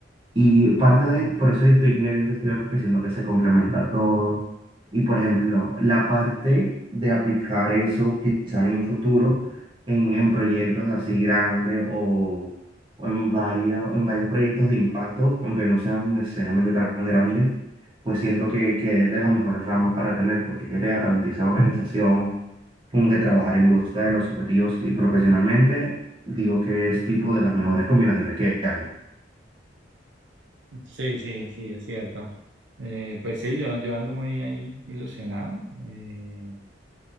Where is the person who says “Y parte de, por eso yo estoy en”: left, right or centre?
Right